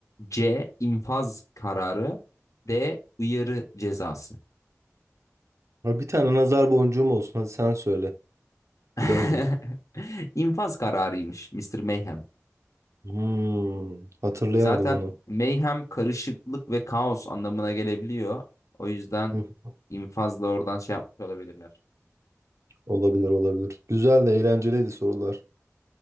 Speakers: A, on the left; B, on the right.
A: C. infaz kararı. D. Uyarı cezası.
B: Ha, bir tane nazar boncuğum olsun. Hadi sen söyle.
A: <laughs>
B: Bilemedim.
A: İnfaz kararıymış Mr. Mayhem.
B: Hmm, hatırlayamadım
A: Zaten
B: onu.
A: mayhem karışıklık ve kaos anlamına gelebiliyor. O yüzden
B: Hı,
A: infazla oradan şey yapmış olabilirler.
B: olabilir olabilir. Güzel de eğlenceliydi sorular.